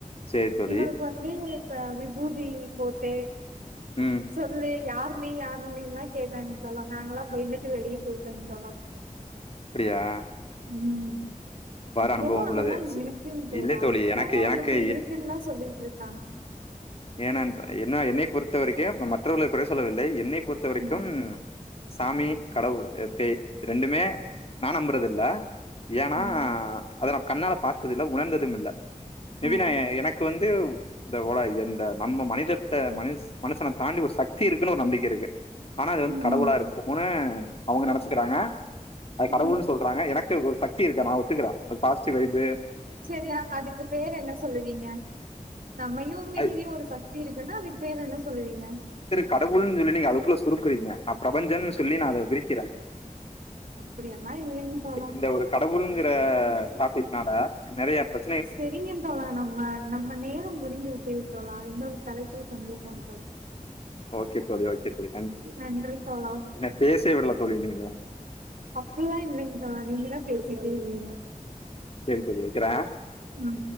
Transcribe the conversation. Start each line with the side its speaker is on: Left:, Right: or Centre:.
Left: சரி தோழி
Right: இவளுக்கு வந்து இப்ப விபூதி போட்டு
Left: ம்
Right: சொல்லு யாரு நீ யாரு நீல்லா கேட்டாங்க தோழா நாங்கல்லா பயந்துட்டு வெளியே போய்ட்டாங் தோழா <inaudible>
Left: அப்டியா
Right: ம் இப்பவு
Left: அனுபவம்
Right: அதெல்லா
Left: உள்ளது. சி
Right: இருக்குங் தோழா
Left: இல்லை தோழி.
Right: இப்பவு
Left: எனக்கு
Right: அவளுக்கு
Left: எனக்கு
Right: இருக்குன்னு தா சொல்லிட்டு இருக்கா
Left: ஏ நண்ப என்ன என்னைய பொறுத்த வரைக்கும் மற்றவர்க குறை சொல்லவில்லை என்னை பொறுத்த வரைக்கும்
Right: ம்
Left: சாமி கடவுள் பேய் ரெண்டுமே நா நம்புறது இல்ல நா
Right: ம்
Left: அத நா கண்ணால பாத்தது இல்ல உணர்ந்ததும் இல்ல மே
Right: ஆ
Left: பி நா எனக்கு வந்து இத போல எந்த நம்ம மனிதத்தை மனுஷன் மனுஷனை தாண்டி ஒரு சக்தி இருக்குன்னு ஒரு நம்பிக்கை இருக்கு ஆனா அது வந்து
Right: ம்
Left: கடவுளா
Right: ம்
Left: இருக்குமோனு அவங்க நெனைச்சுக்கிறாங்க அது கடவுள்ன்னு
Right: ம்
Left: சொல் றாங்க எனக்கு ஒரு சக்தி இருக்க நா ஒத்துகறே ஒரு பாஸ்ட் வைபு
Right: சரியா அதுக்கு பேர் என்ன சொல்லுவீங்க நம்மையும் மீறி
Left: அது
Right: ஒரு சக்தி இருக்குன்னா அதுக்கு பேரு என்ன சொல்லுவீங்க
Left: கடவுள்ன்னனு சொல்லி நீங்க அதுக்குள்ள சுருக்குறீங்க நா பிரபஞ்சோன்னு சொல்லி நா அத விரிக்கிறே
Right: அப்டியெல்லா இல்லைங்க தோழா
Left: இந்த ஒரு கடவுள்ங்கிற டாபிக்னால நெறைய பேர்
Right: செரிங்க தோழா நம்ம நம்ம நேரோ முடிந்து விட்டது தோழா இன்னொரு தலைப்புல சந்திப்போ தோழா
Left: ஓகே தோழி ஓகே தோழி
Right: நன்றி தோழா
Left: என்ன பேசவே விடல தோழி நீங்க
Right: அப்டில்லா இல்லைங் தோழா நீங்க தா பேசிட்டே இருந்திங்க
Left: சேரி தோழி வக்கறே
Right: ம்